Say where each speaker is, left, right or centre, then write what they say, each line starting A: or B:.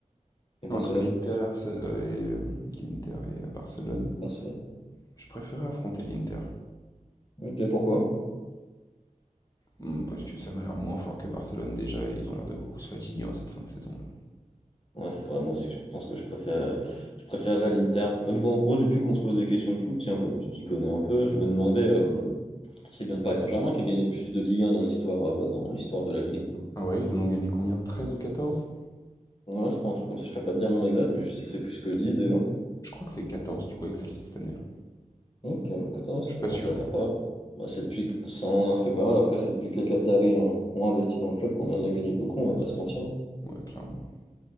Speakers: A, on the left; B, on the left.
A: et, et
B: Entre
A: Barcelone?
B: l'Inter et, Arse- euh, et, euh, l'Inter et euh, Barcelone.
A: Barcelone.
B: Je préférais affronter l'Inter.
A: Ok, pourquoi?
B: Hmm, Parce que ça m'a l'air moins fort que Barcelone déjà et ils ont l'air de beaucoup se fatiguer en cette fin de saison-là.
A: Ouais, c'est vrai, moi aussi, je pense que je préfère, je préférerais l'Inter. Mais bon, en gros, depuis qu'on se pose des questions de foot, tiens, comme tu t'y connais un peu, je me demandais euh, si c'est bien le Paris Saint-Germain qui a gagné le plus de Ligue un dans l'histoire euh, bah, dans l'histoire de la Ligue un du coup.
B: Ah ouais, ils en ont gagné combien? 13 ou quatorze
A: Ouais, je crois un truc comme ça, je ne saurais pas te dire le nombre exact, mais je sais que c'est plus que 10 déjà.
B: Je crois que c'est 14 du coup avec celle-ci cette année-là.
A: Ok, bah, 14,
B: Je
A: ça
B: suis
A: commence
B: pas sûr.
A: à
B: hein.
A: faire pas mal. Bah, c'est depuis que... Ça en a fait pas mal. Après, c'est depuis que les Qataris hein, ont investi dans le club qu'on en a gagné beaucoup, on
B: Ouais,
A: va pas
B: c'est
A: se
B: ça.
A: mentir.
B: Ouais, clairement.